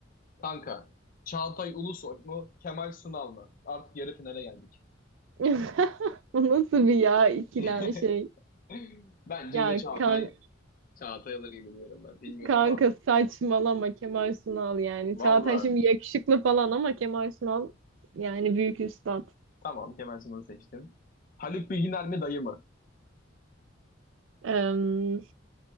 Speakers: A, on the left; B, on the right.
A: Kanka Çağatay Ulusoy mu Kemal Sunal mı? Artık yarı finale geldik.
B: <laughs> Bu nasıl bir ya ikilem
A: <laughs>
B: şey.
A: Bence
B: Ya
A: yine Çağatay
B: kan
A: Çağatay alır gibi diyorum ben. Bilmiyorum
B: kanka
A: ama.
B: saçmalama Kemal Sunal yani.
A: vallahi
B: Çağatay şimdi yakışıklı falan ama Kemal Sunal yani büyük üstad.
A: Tamam Kemal Sunal'ı seçtim. Haluk Bilginer mi dayı mı?
B: Eee